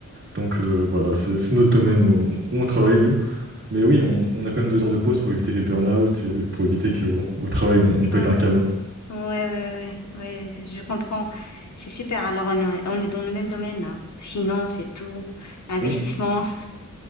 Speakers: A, on the right; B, on the left.
A: Donc, euh, voilà, c'est c'est notre domaine où, où on travaille, nous. Mais oui, on, on a quand même deux heures de pause pour éviter les burn-out et pour éviter qu'au au travail, on, on pète
B: Ah
A: un
B: ouais.
A: câble.
B: Ouais, ouais, ouais, ouais, je comprends. C'est super. Alors, on est, on est dans le même domaine, là. Finance et tout, investissement.
A: Mm.